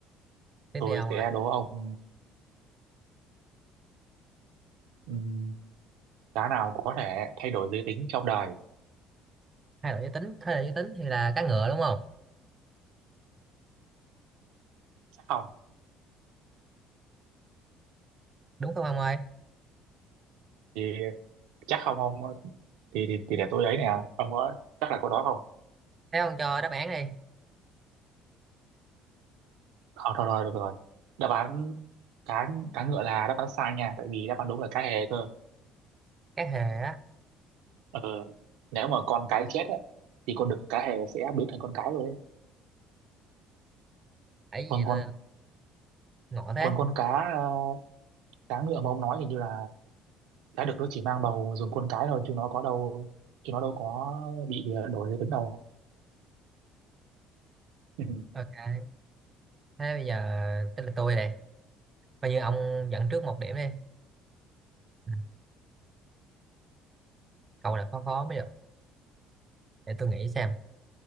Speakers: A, on the right; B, on the right.
A: Tiếp
B: Tôi
A: đi ông
B: sẽ
A: ơi.
B: đố ông ừm, ừm, cá nào có thể thay đổi giới tính trong đời.
A: hai loại giới tính thế hệ giới tính thì là cá ngựa đúng không
B: Chắc không?
A: đúng không ông ơi
B: Thì chắc không ông. Thì, thì, thì để tôi ấy nè. Ông có chắc là câu đó không?
A: thế ông cho đáp án đi
B: Thôi thôi thôi được rồi đáp án cá cá ngựa là đáp án sai nha tại vì đáp án đúng là cá hề cơ
A: cá hề á
B: ờ nếu mà con cái chết á, thì con đực cá hề sẽ biến thành con cái rồi đấy
A: ấy
B: còn
A: gì nó
B: con
A: ngộ thế
B: còn con cá ờ, cá ngựa mà ông nói thì như là cá đực nó chỉ mang bầu dùng con cái thôi chứ nó có đâu chứ nó đâu có bị ờ, đổi giới tính đâu <laughs> ừ.
A: ok thế bây giờ tới là tôi này coi như ông dẫn trước một điểm đi Ừ, câu nào khó khó mới được để tôi nghĩ xem